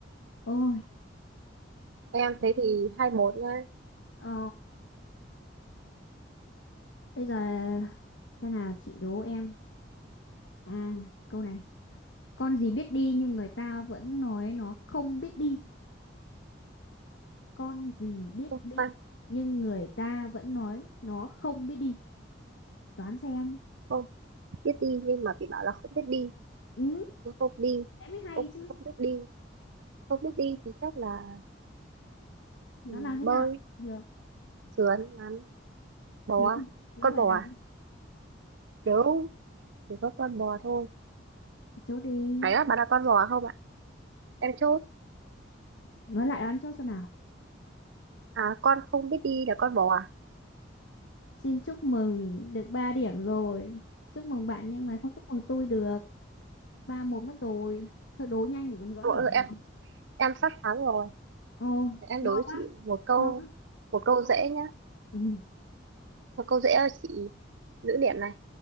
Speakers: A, on the left (about 75°); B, on the right (about 70°).
A: ôi
B: Em thế thì hai một nha.
A: ờ, bây giờ thế nào chị đố em à câu này con gì biết đi nhưng người ta vẫn nói nó không biết đi con gì biết
B: Không,
A: đi
B: khoan,
A: nhưng người ta vẫn nói nó không biết đi đoán xem
B: không biết đi nhưng mà bị bảo là không biết đi.
A: ừ
B: Nó không đi.
A: thế mới hay
B: Không,
A: chứ
B: không biết đi. Không biết đi thì chắc là
A: nó
B: ừ,
A: làm thế
B: bơi,
A: nào được
B: sườn, lặn, bò.
A: đúng nó
B: Con
A: phải
B: bò
A: làm
B: à? Nếu chỉ có con bò thôi.
A: Chốt đi.
B: Phải á, bạn là con bò không ạ? Em chốt.
A: Nói lại đoán chốt xem nào.
B: À, con không biết đi là con bò à?
A: Xin chúc mừng được 3 điểm rồi. Chúc mừng bạn nhưng mà không chúc mừng tôi được. ba một mất rồi. Thôi đố nhanh để còn gỡ
B: Ủa,
A: điểm
B: Ừ,
A: được.
B: em em sắp thắng rồi.
A: Ồ,
B: Để Em
A: lo
B: đối với
A: quá.
B: chị một câu
A: Lo quá.
B: một câu dễ nhá.
A: Ừ.
B: Một câu dễ cho chị giữ điểm này.